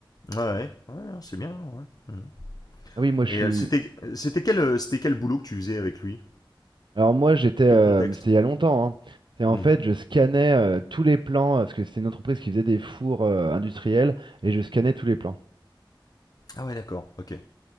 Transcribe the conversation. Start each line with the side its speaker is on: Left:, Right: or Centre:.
Left: Ouais, ouais, Ouais, c'est bien. ouais. Mhm.
Right: Ah oui, moi je
Left: Et
Right: suis,
Left: euh, c'était c'était quel euh, c'était quel boulot que tu faisais avec lui?
Right: Alors moi j'étais, euh,
Left: Quel contexte?
Right: mais c'était il y a longtemps, hein. C'est en
Left: Mhm.
Right: fait je scannais euh, tous les plans, euh, parce que c'était une entreprise qui faisait des fours euh, industriels, et je scannais tous les plans.
Left: Ah ouais, d'accord. Ok.